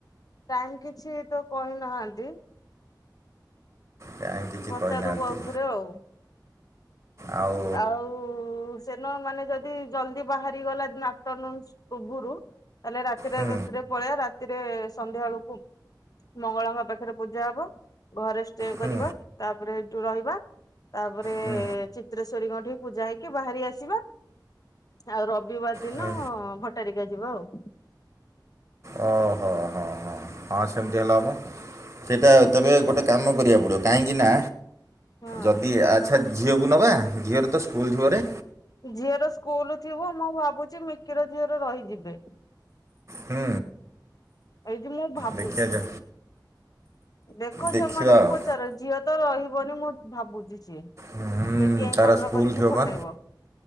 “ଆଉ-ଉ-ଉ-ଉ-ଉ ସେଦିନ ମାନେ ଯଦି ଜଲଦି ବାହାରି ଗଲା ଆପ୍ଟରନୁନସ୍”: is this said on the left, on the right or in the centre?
Left